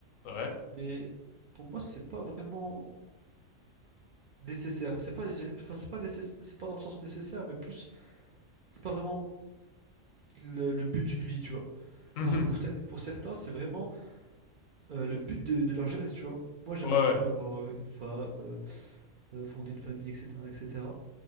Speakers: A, on the left (about 80°); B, on the right (about 60°).
A: Ouais.
B: Mais pour moi, c'est pas vraiment nécessaire. C'est pas, je dirais- enfin, c'est pas nécessaire, c'est pas dans le sens nécessaire, mais plus, c'est pas vraiment le le but d'une vie, tu vois.
A: Mhm.
B: Alors pour, te- pour certains, c'est vraiment euh, le but de, de leur jeunesse, tu vois. Moi, j'aimerais
A: Ouais, ouais.
B: quand même avoir euh, une femme, euh, euh, fonder une famille, etc., etc.